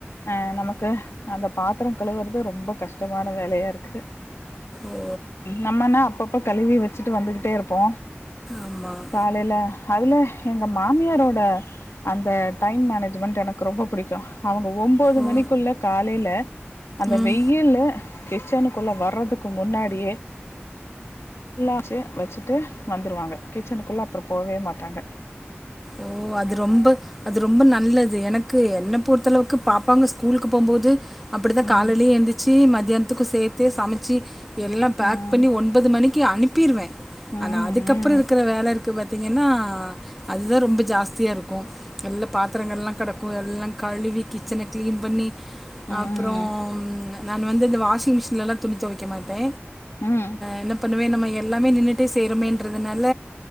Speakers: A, on the left; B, in the centre.
A: ஆ நமக்கு அந்த பாத்திர கழுவுறது ரொம்ப கஷ்டமான வேலயா இருக்கு
B: ஓ
A: நம்மனா அப்பப்ப கழுவி வச்சுட்டு வந்துகிட்டே இருப்போ
B: ஆமாம்
A: காலேல அதுல எங்க மாமியாரோட அந்த டைம் மேனேஜ்மெண்ட் எனக்கு ரொம்ப புடிக்கு அவுங்க ஒம்போது
B: ஓ
A: மணிக்குள்ள காலேல அந்த
B: ம்
A: வெயிலு கிச்சனுக்குள்ள வர்றது க்கு முன்னாடியே எல்லாச்சு வச்சுட்டு வந்துருவாங்க கிச்சனுக்குள்ளே அப்பறோ போவே மாட்டாங்க
B: ஓ அது ரொம்ப அது ரொம்ப நல்லது எனக்கு என்ன பொறுத்தளவுக்கு பாப்பாங்க ஸ்கூலுக்கு போகும்போது அப்டி தா
A: ம்
B: காலே
A: ம்
B: எந்திச்சு மதியான த்துக்கு சேத்தே சமச்சு எல்லா பேக்
A: ம்
B: பண்ணி ஒன்பது மணிக்கு அனுப்ப பர்வே
A: ம்
B: ஆனா அதுக்கப்பற இருக்கற வேல இருக்கு பாருங்க ஏன்னா அது ரொம்ப ஜாஸ்தியாக இருக்கு எல்லா பாத்திரங்கள்லா கெடக்கு எல்லா கழுவி கிச்சன க்ளீன் பண்ணி
A: ம்
B: அப்றோ நான் வந்து இந்த வாஷிங் மிஷின்ல்லா துணி துவைக்க மாட்டே
A: ம்
B: என்ன பண்ணுவே நம்ம எல்லாமே நின்னுட்டே செய்யனுமேன்றதுனால